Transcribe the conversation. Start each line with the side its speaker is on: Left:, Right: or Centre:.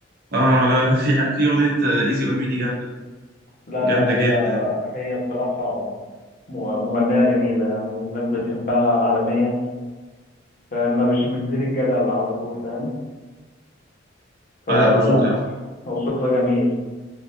Right: اه لا لا في ح- في اغنيه ايزي اون مي دي جامده
Left: لا
Right: جامده
Left: لا هي
Right: جدا
Left: هي بصراحة مغ- مغنية جميلة يعني والناس بتحبها عالميا فما مش بتزيد الجدل على طول فاهم فلا
Right: اه لا وصوتها
Left: صوتها جميل